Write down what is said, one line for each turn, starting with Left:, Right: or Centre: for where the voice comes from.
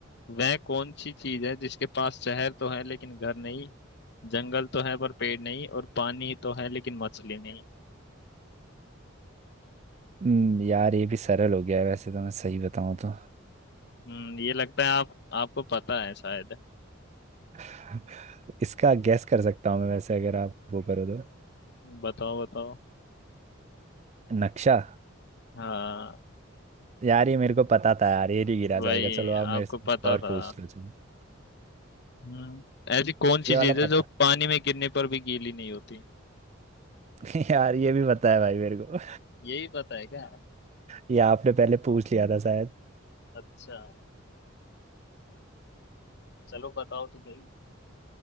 Left: वह कौन सी चीज है जिसके पास शहर तो है लेकिन घर नहीं जंगल तो है पर पेड़ नहीं और पानी तो है लेकिन मछली नहीं
Right: हम्म, यार ये भी सरल हो गया है वैसे तो मैं सही बताऊं तो
Left: हम्म ये लगता है आप आपको पता है शायद
Right: <laughs> इसका गैस कर सकता हूँ मैं वैसे अगर आप वो करो तो
Left: बताओ बताओ
Right: नक्शा
Left: हाँ
Right: यार ये मेरे को पता था यार ये नहीं गिरा
Left: वही
Right: जाएगा चलो आप मेरे
Left: आपको
Right: से
Left: पता
Right: और
Left: था
Right: पूछ लो चलो
Left: हम्म ऐसी कौन
Right: ये
Left: सी
Right: वाला
Left: चीज है
Right: पता
Left: जो पानी में गिरने पर भी गीली नहीं होती
Right: <laughs> यार ये भी पता है भाई मेरे को
Left: यही पता है क्या
Right: ये आपने पहले पूछ लिया था शायद
Left: अच्छा चलो बताओ तो सही